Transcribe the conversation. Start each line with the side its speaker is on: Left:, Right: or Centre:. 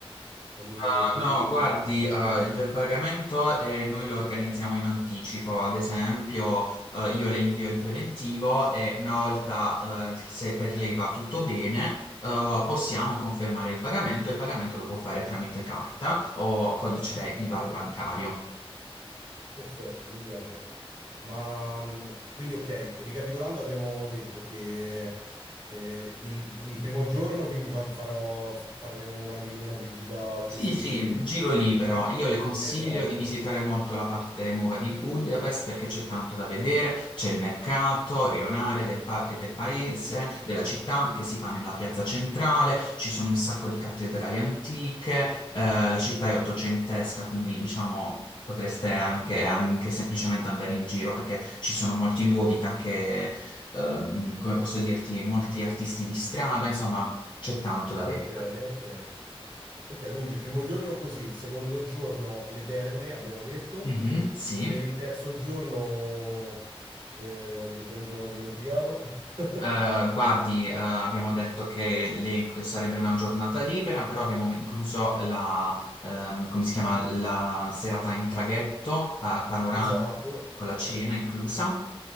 Right: Fammi,
Left: Ah,
Right: fammi
Left: no,
Right: capire
Left: guardi,
Right: un attimo.
Left: ah, il pagamento eh, noi lo organizziamo in anticipo, ad esempio eh, io le invio il preventivo e una volta eh, se per lei va tutto bene eh, possiamo confermare il pagamento e il pagamento lo può fare tramite carta o codice
Right: Ah,
Left: IBAN
Right: ok,
Left: bancario.
Right: perfetto, mi piace. Ma mh, quindi ok, ricapitolando abbiamo detto che eh, il, il primo giorno quindi fa- farò, fa- faremo una, vi- una visita così...
Left: Sì, sì, giro libero.
Right: Ok,
Left: Io le consiglio
Right: esatto.
Left: di visitare molto la parte nuova di Budapest perché c'è tanto da vedere, c'è il mercato rionale del, pa- del paese, della città che si fa nella piazza centrale, ci sono un sacco di cattedrali antiche, eh, la città è ottocentesca, quindi diciamo potreste anche, anche semplicemente andare in giro perché ci sono molti luoghi, anche, ehm, come posso dirti, molti artisti di strada, insomma c'è tanto
Right: Ah,
Left: da vedere.
Right: ok, ok. Ok, quindi il primo giorno così, il secondo giorno le terme, abbiamo detto,
Left: Mhm, sì.
Right: per il terzo giorno, eh, oddio, già mi sono dimenticato. <laughs>
Left: Eh, guardi, eh, abbiamo detto che le- sarebbe una giornata libera, però abbiamo incluso la, ehm, come si chiama, la serata in traghetto, pa- panoramico,
Right: Esatto,
Left: con la
Right: esatto.
Left: cena inclusa.